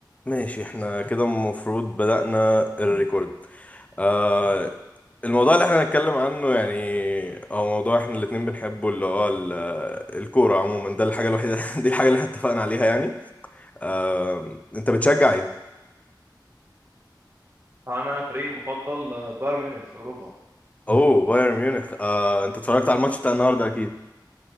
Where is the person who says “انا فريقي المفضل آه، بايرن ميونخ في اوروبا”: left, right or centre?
Right